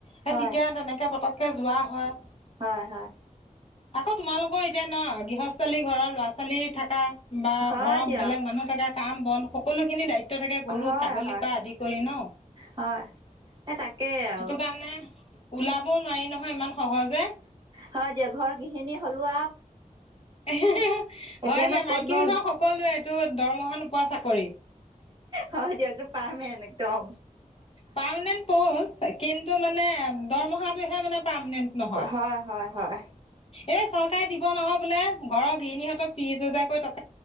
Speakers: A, on the left; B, on the right.
A: এ
B: হয়
A: তেতিয়া তেনেকে পটক কে যোৱা হয়।
B: হয় হয়।
A: আকৌ তোমালোকৰ এতিয়া ন গৃহস্থালী ঘৰৰ ল'ৰা ছোৱালী থাকা বা
B: হয়
A: ঘৰত
B: দিয়ক
A: বেলেগ মানুহ থাকে। কাম বন স খিনি দায়িত্ব থাকে গৰু
B: হয়
A: ছাগলীৰ
B: হয়
A: পৰা আদি কৰি ন
B: হয় এই তাকেই আৰু
A: সেইটো কাৰণে ওলাবও নোৱাৰি নহয় ইমান সহজে।
B: হয় দিয়ক ঘৰ গৃহিণী হ'লো আৰু
A: এহে হে
B: এতিয়ানো
A: হয় দিয়া মাইকী
B: ক'তনো
A: মানুহৰ সকলোৱে এইটো দৰমহা নোপোৱা চাকৰি।
B: হয় দিয়ক একদম পাৰমেন্ট একদম
A: পাৰমাণ্টেত প'ষ্ট কিন্তু মানে দৰমহা। টোহে মানে। পাৰমাণ্টেত নহয়
B: হয় হয় হয়
A: এই চৰকাৰে দিব নহয় বোলে। ঘৰৰ গৃহিণীহঁতক ত্ৰিশ হাজাৰকৈ টকা